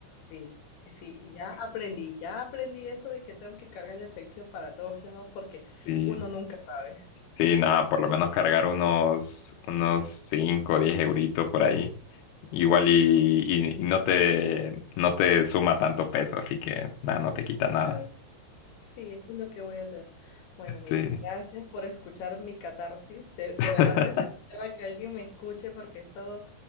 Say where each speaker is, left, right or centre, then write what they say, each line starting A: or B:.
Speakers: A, on the left; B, on the left.
A: Sí, sí, y ya aprendí, ya aprendí eso de que tengo que cargar el efectivo para todos <laughs> lados porque
B: sí,
A: uno nunca sabe.
B: sí, nada, por lo menos cargar unos, unos 5 o 10 euritos por ahí. Igual y, y- y no te, no te suma tanto peso, así que nada, no te quita nada.
A: Claro. Sí, eso es lo que voy a hacer. Bueno, Miguel,
B: Sí.
A: gracias por escuchar mi catarsis. De, de
B: <laughs>
A: verdad necesitaba que alguien me escuche porque he estado,